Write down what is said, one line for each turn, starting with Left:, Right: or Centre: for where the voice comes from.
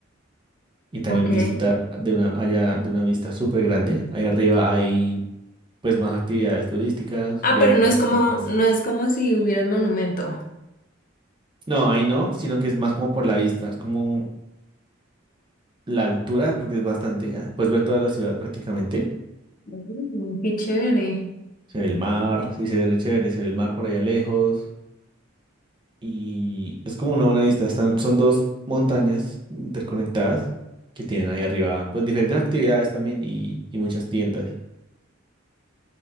Right: y también
Left: ok.
Right: disfrutar de una, allá, de una vista súper grande. Ahí arriba hay pues más actividades turísticas,
Left: Ah,
Right: ventas,
Left: pero no es como,
Right: tiendas.
Left: no es como si hubiera un monumento.
Right: No, ahí no, sino que es más como por la vista, es como la altura, porque es bastante, ah, puedes ver toda la ciudad prácticamente.
Left: Mm, qué chévere.
Right: Se ve el mar, sí, se ve re chévere, se ve el mar por allá lejos. Y es como una buena vista. Están, son dos montañas interconectadas que tienen ahí arriba, pues diferentes actividades también y, y muchas tiendas.